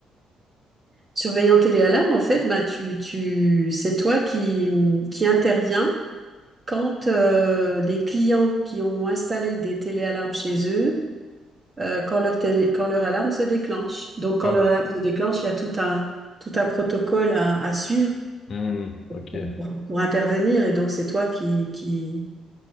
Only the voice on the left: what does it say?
Ah,
ok.
Hmm, ok,